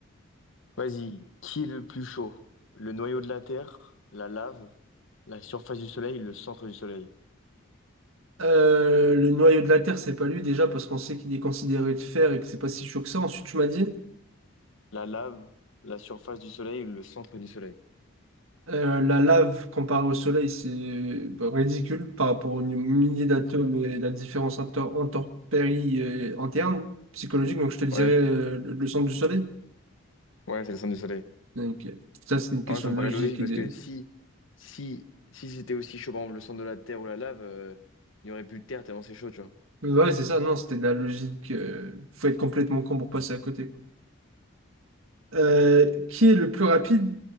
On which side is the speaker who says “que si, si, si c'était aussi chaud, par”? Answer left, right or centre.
Left